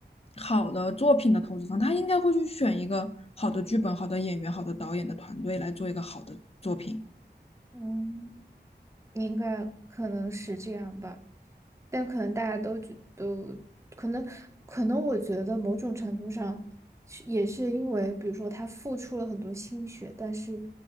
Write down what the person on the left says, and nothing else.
好的作品的投资方，他应该会去选一个好的剧本、好的演员、好的导演的团队来做一个好的作品。